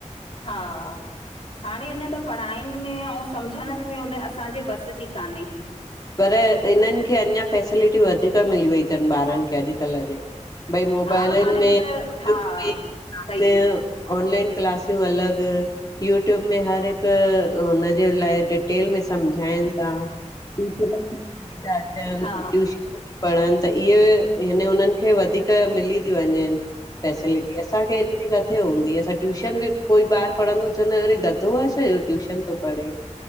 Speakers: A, on the left; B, on the left.
A: हा। हाणे हिन् त पढ़ाइन में अऊं सम्झण में उन असांजे बस जी कान्हे।
B: पर हिननिखे अञा फैसिलिटी वधीक मिली वई थनि, ॿारनि खे अॼुकल्ह जे। भई मोबाइलनि
A: हा हाणे
B: में
A: त
B: <unintelligible>
A: हा
B: ब
A: सही
B: में ऑनलाइन क्लासियूं अलॻि, यूट्यूब में हर त हुनजे लाइ डिटेल में सम्झाइनि ता <unintelligible> ट थ अचनि
A: हा
B: पढ़नि त इहे याने उननि खे वधीक मिली थी वञेनि, फैसिलिटी असांखे एतिरी काथे किथे हूंदी हुई, असां ट्यूशन बि कोई ॿार पढ़ंदो हो चवंदा हा अरे गधो आहे छा जो ट्यूशन तो पढ़े।